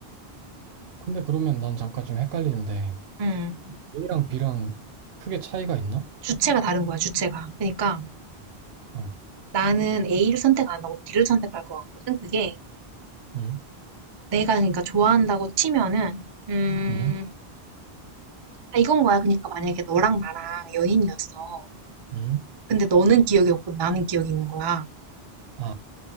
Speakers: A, on the right (about 70°); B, on the right (about 45°).
A: 근데 그러면 난 잠깐 좀 헷갈리는데,
B: 응.
A: A랑 B랑 크게 차이가 있나?
B: 주체가 다른 거야, 주체가. 그러니까
A: 어,
B: 나는 A를 선택 안 하고 B를 선택할 것 같거든. 그게
A: 응,
B: 내가 그러니까 좋아한다고 치면은 음
A: 응,
B: 아, 이건 거야. 그러니까 만약에 너랑 나랑 연인이었어.
A: 응.
B: 근데 너는 기억이 없고 나는 기억이 있는 거야.
A: 아,